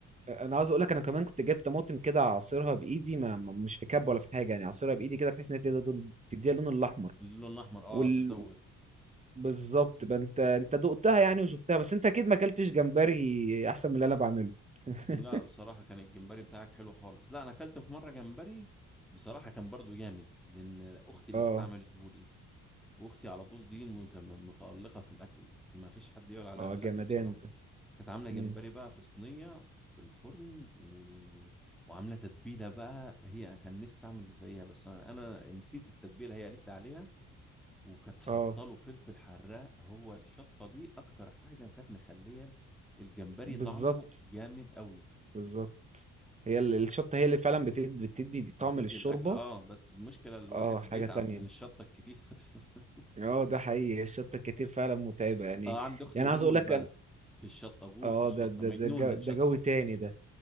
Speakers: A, on the right; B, in the centre.
A: انا عاوز اقول لك انا كمان كنت جايب طماطم كده اعصرها بايدي ما ما- مش في كب ولا في حاجه يعني اعصرها بايدي كده بحيث ان هي تديها لون- تديها اللون الاحمر
B: <laughs> اللون الاحمر اه
A: وال...
B: تزود
A: بالظبط بقى انت انت دقتها يعني وشفتها بس انت اكيد ما اكلتش جمبري احسن من اللي انا بعمله <laughs>
B: لا بصراحه كان الجمبري بتاعك حلو خالص لا انا اكلت في مره جمبري بصراحه كان برضو جامد لان اختي اللي
A: اه
B: كانت عملته لي واختي على طول دي مت- متالقه في الاكل ما فيش حد يقول عليها
A: اه
B: في الاكل
A: جمدان
B: بصراحه
A: ده
B: كانت عامله جمبري
A: مم.
B: بقى في صينيه في الفرن و... وعامله تتبيله بقى هي كان نفسي اعمل زيها بس انا انا نسيت التتبيله هي قالت لي عليها وكانت حاطه
A: اه
B: له فلفل حراق هو الشطه دي اكتر حاجه كانت مخليه الجمبري
A: بالظبط
B: طعمه جامد قوي
A: بالظبط هي ال- الشطه هي اللي فعلا بت- بتدي طعم
B: بتدي
A: للشوربه
B: الاكل اه بس المشكله الواحد
A: اه حاجه
B: بيتعب
A: تانية
B: من الشطه الكتير <laughs>
A: اه ده حقيقي الشطه الكتير فعلا متعبه يعني
B: اه عند اختي
A: يعني
B: غول
A: عاوز اقول لك
B: بقى
A: أنا-
B: في الشطه غول
A: اه
B: في الشطه
A: ده ده
B: مجنونه
A: ده جو ده
B: شطه
A: جو تاني ده